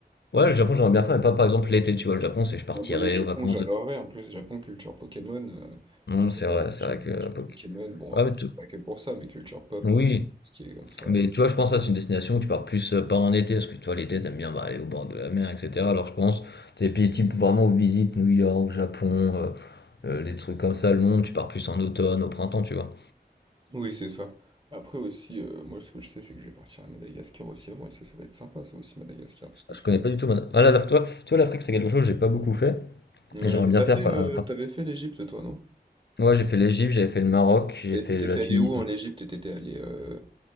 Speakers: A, on the left; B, on the right.
A: ouais, le Japon, j'aimerais bien faire, mais pas par exemple l'été, tu vois? Le Japon, c'est je partirais
B: Ah, moi, le Japon,
A: aux vacances
B: j'adorerais.
A: de
B: En plus, Japon, culture Pokémon, euh,
A: non
B: moi, j'adore
A: c'est vrai,
B: les,
A: c'est
B: j'adore
A: vrai que
B: les
A: euh,
B: cultures Pokémon. Bon,
A: ouais,
B: après,
A: mais tu
B: c'est pas que pour ça, mais culture pop,
A: oui.
B: euh, tout ce qui est comme ça.
A: Mais tu vois, je pense que ça, c'est une destination où tu pars plus euh, pas en été, parce que tu vois, l'été, t'aimes bien bah, aller au bord de la mer, etc. Alors je pense, t'es pays type vraiment où visite New York, Japon, euh, euh, les trucs comme ça, Londres, tu pars plus en automne, au printemps, tu vois.
B: Oui, c'est ça. Après aussi, euh, moi, ce que je sais, c'est que je vais partir à Madagascar aussi avant, et ça, ça va être sympa, ça aussi, Madagascar, parce que tu
A: Je connais pas du tout. ma- Ah, là, là, toi, tu vois, l'Afrique, c'est quelque chose que j'ai pas beaucoup fait,
B: Ouais,
A: et j'aimerais
B: mais
A: bien
B: t'as
A: faire.
B: fait,
A: par-
B: euh,
A: euh, par-
B: t'avais fait l'Égypte, toi, non?
A: Ouais, j'ai fait l'Égypte, j'avais fait le Maroc, j'ai
B: Et
A: fait
B: T'étais
A: la Tunisie.
B: allé où en Égypte? et T'étais allé euh,